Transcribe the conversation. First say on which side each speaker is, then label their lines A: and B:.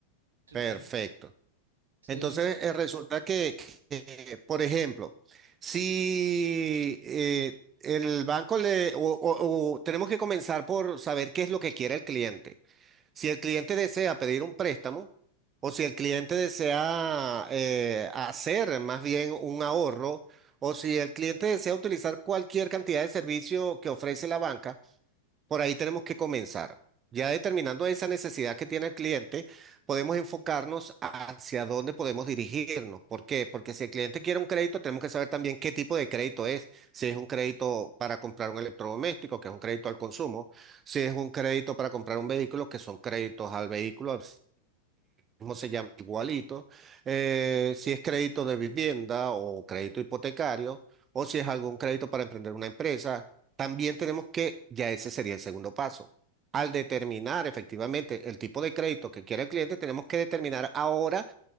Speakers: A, on the right; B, on the right.
A: sí,
B: Perfecto.
A: sí. Sí,
B: Entonces, eh, resulta que, que, por ejemplo, si eh, el banco le, o, o- o tenemos que comenzar por saber qué es lo que quiere el cliente. Si el cliente desea pedir un préstamo o si el cliente desea eh, hacer más bien un ahorro o si el cliente desea utilizar cualquier cantidad de servicio que ofrece la banca, por ahí tenemos que comenzar. Ya determinando esa necesidad que tiene el cliente, podemos enfocarnos hacia dónde podemos dirigirnos. ¿Por qué? Porque si el cliente quiere un crédito, tenemos que saber también qué tipo de crédito es. Si es un crédito para comprar un electrodoméstico, que es un crédito al consumo. Si es un crédito para comprar un vehículo, que son créditos al vehículo, mismo se llama igualito, eh, si es crédito de vivienda o crédito hipotecario o si es algún crédito para emprender una empresa, también tenemos que, ya ese sería el segundo paso. Al determinar efectivamente el tipo de crédito que quiere el cliente, tenemos que determinar ahora